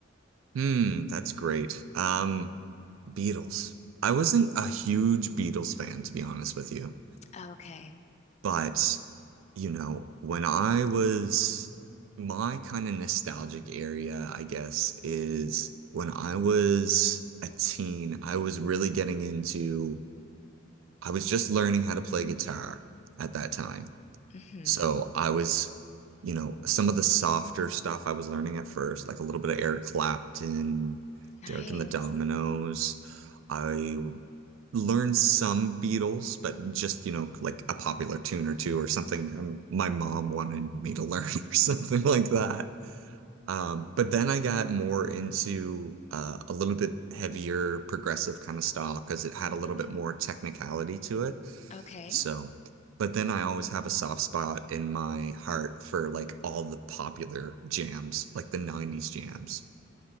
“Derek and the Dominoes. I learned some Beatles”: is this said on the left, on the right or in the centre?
Right